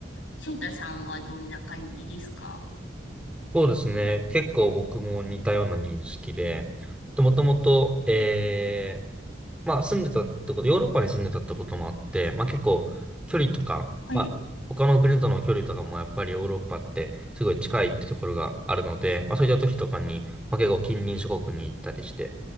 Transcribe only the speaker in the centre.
そうですね。結構僕も似たような認識で、もともと、えー、まあ住んでたってこと、ヨーロッパに住んでたってこともあって、まあ結構距離とか、
まあ他の国との距離とかもやっぱりヨーロッパってすごい近いってところがあるので、まあそういった時とかに、まあ結構近隣諸国に行ったりして、